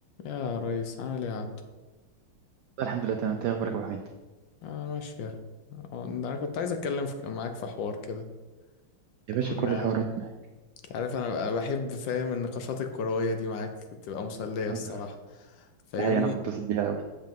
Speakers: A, on the left; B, on the right.
A: يا ريس عامل ايه يا عبدو
B: الحمد لله تمام انت ايه اخبارك يا ابو حميد
A: اه ماشية آه، انا كنت عايز اتكلم في- معاك في حوار كده
B: يا باشا
A: كنا
B: كل الحوارات معاك
A: انت عارف انا بقى بحب فاهم النقاشات الكروية دي معاك بتبقى مسلية
B: اه
A: الصراحة فاهمني
B: ده حقيقي انا بتبسط بيها قوي